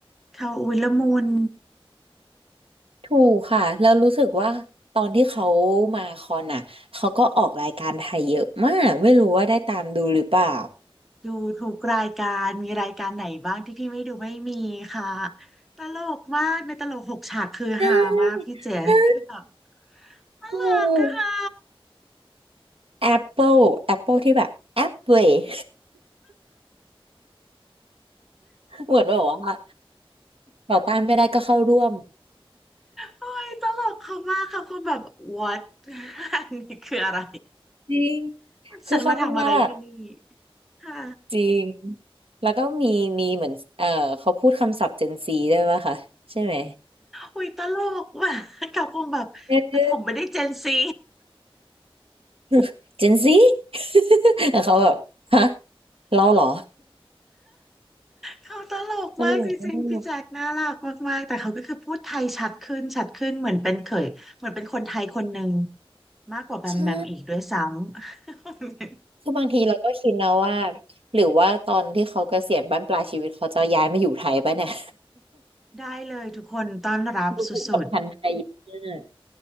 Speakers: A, in the centre; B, on the right.
A: เขาอุ้ยละมุน
B: ถูกค่ะแล้วรู้สึกว่าตอนที่เขามาคอนอ่ะเขาก็ออกรายการไทยเยอะมากไม่รู้ว่าได้ตามดูหรือเปล่า
A: ดูทุกรายการมีรายการไหนบ้างที่พี่ไม่ดูไม่มีค่ะตลกมากในตลกหกฉากคือฮามากพี่เจ๊คือแบบ
B: ใช่ ใช่
A: น่ารักอะค่ะ
B: ถูก Apple Apple ที่แบบ Apple <laughs> เหมือนแบบว่าต่อต้านไม่ได้ก็เข้าร่วม
A: โอ้ยตลกเขามากค่ะคือแบบ what <laughs> อันนี้คืออะไร
B: จริง คือเขาทำหน้าแบบ
A: ฉันมาทำอะไรที่นี่ค่ะ
B: จริง แล้วก็มีมีเหมือนเออเขาพูดคำศัพท์ Gen Z ด้วยป่ะคะใช่ไหม
A: อุ้ยตลกว่ะเขาคงแบบแต่ผมไม่ได้เจนซี
B: เออ <laughs> Gen Z <laughs> แต่เขาแบบฮะเราเหรอ
A: เขาตลกมากจริงๆพี่แจ็คน่ารักมากๆแต่เขาก็คือพูดไทยชัดขึ้นชัดขึ้นเหมือนเป็นเคยเหมือนเป็นคนไทยคนหนึ่ง
B: ตลกมาก
A: มากกว่าแบมแบมอีกด้วยซ้ำ
B: ใช่ คือบางทีเราก็คิดแล้วว่าหรือว่าตอนที่เขาเกษียณบั้นปลายชีวิตเขาจะย้ายมาอยู่ไทยปะเนี่ย
A: <laughs> ได้เลยทุกคนต้อนรับสุด
B: <laughs> ดูผูกสัมพันธ์ไทยเยอะมาก